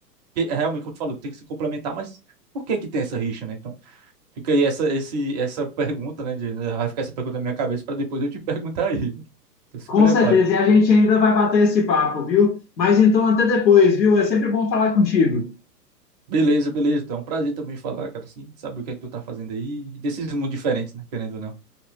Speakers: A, on the right; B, on the left.
A: que é realmente, como tu falou, tem que se complementar, mas por que que tem essa rixa, né? Então fica aí essa, esse, essa pergunta, né? de- vai ficar essa pergunta na minha cabeça para depois eu te <laughs> perguntar aí. Então se
B: Com
A: prepare.
B: certeza. E a gente ainda vai bater esse papo, viu? Mas então, até depois, viu? É sempre bom falar contigo.
A: Beleza, beleza. Então, é um prazer também falar, cara, assim, saber o que é que tu tá fazendo aí, desses mundos diferentes, né, querendo ou não.